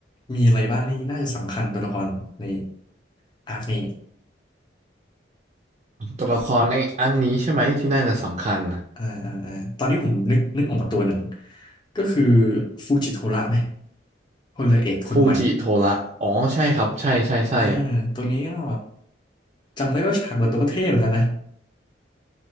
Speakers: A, on the left; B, on the right.
A: มีอะไรบ้างที่น่าจะสำคัญตัวละครในอาร์คนี้
B: ตัวละครในอันนี้ใช่ไหมที่น่าจะสำคัญ
A: อ่าอ่าอ่าตอนนี้ผมนึกนึกออกมาตัวหนึ่งก็คือฟูจิโทระไหมพลเรือเอกคนใหม่
B: ฟูจิโทระอ๋อใช่ครับใช่ใช่ใช่
A: อ่าตัวนี้ก็จำได้ว่าฉากเปิดตัวก็เท่เหมือนกันนะ